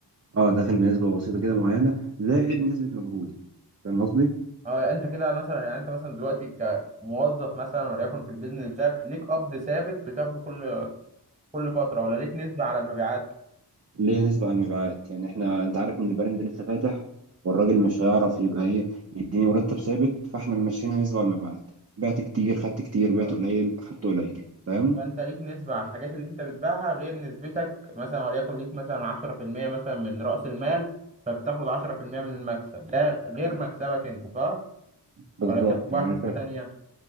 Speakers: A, on the right (about 35°); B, on the right (about 15°).
A: اه داخل بنسبه بسيطه كده معينه زائد نسبه مجهودي فاهم قصدي؟
B: اه انت كده مثلا يعني انت مثلا دلوقتي كموظف مثلا وليكن في البيزنس ده ليك قبض ثابت بتاخده كل كل فترة ولا ليك نسبة على المبيعات
A: ليه نسبة على المبيعات يعني احنا انت عارف ان البراند لسه فاتح والراجل مش هيعرف يبقى ايه يديني مرتب ثابت فاحنا ماشيينها نسبة على المبيعات بعت كتير خدت كتير بعت
B: اه
A: قليل خدت قليل فاهم
B: فانت ليك نسبة على الحاجات اللي انت بتبيعها غير نسبتك مثلا وليكن ليك مثلا 10% مثلا من رأس المال فبتاخد 10% من المكسب ده غير مكسبك انت صح
A: بالظبط
B: ولا بتحسبها
A: يعني
B: حسبة
A: انت
B: تانية